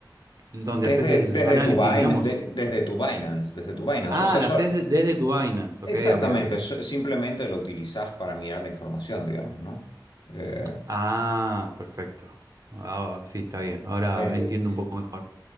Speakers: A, on the right; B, on the left.
A: donde
B: Desde,
A: haces el
B: desde
A: análisis,
B: tu Bin-
A: digamos.
B: de- desde tu Binance, desde tu Binance.
A: Ah,
B: O sea,
A: la
B: so-
A: haces de- desde tu Binance.
B: exactamente,
A: Ok, ok, ok.
B: so- simplemente lo utilizas para mirar la información, digamos, ¿no? Eh,
A: Ah, perfecto. Ah, sí, está bien. Ahora
B: eh,
A: entiendo un poco mejor.